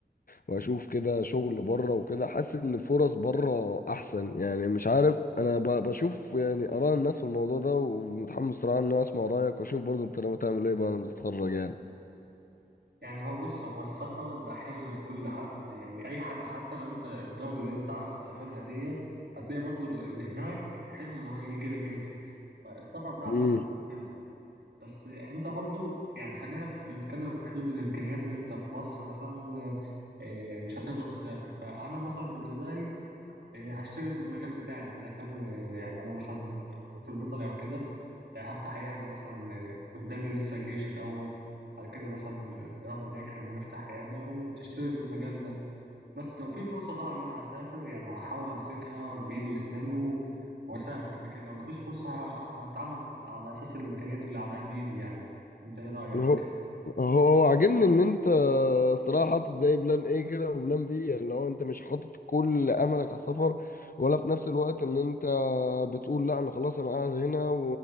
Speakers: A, on the left; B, on the right.
A: واشوف كده شغل بره وكده حاسس ان الفرص بره احسن يعني مش عارف انا ب... بشوف يعني اراء الناس في الموضوع ده ومتحمس صراحة ان انا اسمع رأيك واشوف برضه انت لو تعمل ايه بعد ما تتخرج
B: يعني هو بص هو السفر ده حلم لكل حد يعني اي حد حتى لو انت الدولة اللي انت عاوز تسافرها دي هتلاقي برضو اللي هناك حلم ان هو يجي لك انت فالسفر ده
A: يعني
B: عامة حلم بس انت برضو يعني خلينا في نتكلم في حدود الامكانيات اللي انت في مصر مثلا آه، مش هتقدر تسافر فانا مثلا بالنسبه لي آه، هشتغل بالمجال بتاعي يعني اذا كان آه، يعني انا مثلا دكتور بيطري او كده آه، هفتح عياده مثلا آه، قدامي لسه الجيش الاول على كده مثلا آه، ربنا يكرم ونفتح عياده وتشتغل في المجال ده بس لو في فرصة طبعا إن أنا هسافر يعني هحاول أمسكها بإيدي وأسناني و... وأسافر لكن لو مفيش فرصة ه... هتعامل على أساس الإمكانيات اللي على قد إيدي يعني أنت إيه رأيك؟
A: هو هو هو عاجبني ان انت الصراحه حاطط زي بلان ايه كده وبلان بي يعني لو انت مش حاطط كل املك على السفر ولا في نفس الوقت ان انت بتقول لا انا خلاص انا قاعد هنا و-